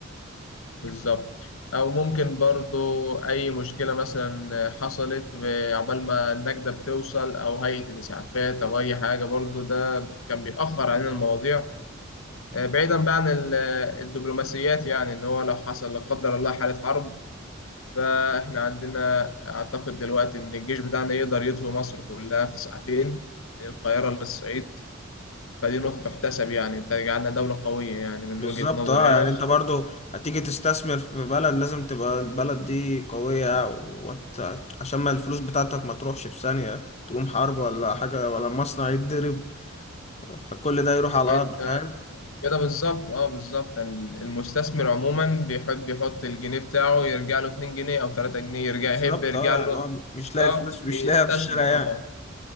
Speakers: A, on the left; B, on the left.
A: بالظبط أو ممكن برضو أي مشكلة مثلا حصلت ب- عقبال ما النجدة بتوصل أو هيئة الإسعافات أو أي حاجة برضو ده كان بيأخر علينا المواضيع آه، بعيدا بقى عن ال- الدبلوماسيات يعني ان هو لو حصل لا قدر الله حالة حرب فاحنا عندنا اعتقد دلوقتي ان الجيش بتاعنا يقدر يطوي مصر كلها في ساعتين من القاهرة للصعيد فدي نقطة تحتسب يعني تجعلنا دولة قوية يعني من
B: بالظبط
A: وجهة نظري
B: اه يعني
A: انا
B: انت برضو هتيجي تستثمر في بلد لازم تبقى البلد دي قوية وت... عشان ما الفلوس بتاعتك ما تروحش في ثانية تقوم حرب ولا حاجة ولا مصنع يتضرب فكل ده يروح على
A: انت
B: الأرض فاهم
A: كده بالظبط اه بالظبط ال- المستثمر عموما بيحب يحط الجنيه بتاعه يرجع له 2 جنيه او 3 جنيه يرجع
B: بالظبط
A: يحب يرجع
B: اه
A: له
B: يعني هو مش لاقي
A: اه
B: الفلوس مش
A: يستثمر
B: لاقيها في الشارع يعني
A: اه